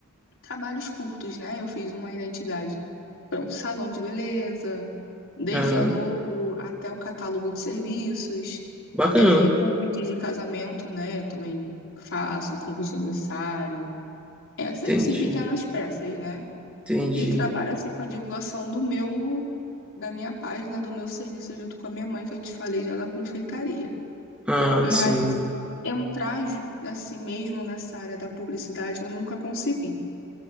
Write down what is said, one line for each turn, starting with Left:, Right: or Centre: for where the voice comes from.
Left: trabalhos curtos, né? Eu fiz uma identidade para um salão de beleza, desde
Centre: Ah,
Left: a logo até o catálogo de serviços.
Centre: bacana.
Left: É, convites de casamento, né? Eu também faço, convite de aniversário, essas,
Centre: Entendi,
Left: sim, pequenas peças, né?
Centre: entendi.
Left: E trabalho assim com a divulgação do meu, da minha página, do meu serviço junto com a minha mãe, que eu te falei já da confeitaria.
Centre: Ah,
Left: Mas
Centre: sim,
Left: entrar ju- assim mesmo nessa área da publicidade eu nunca consegui.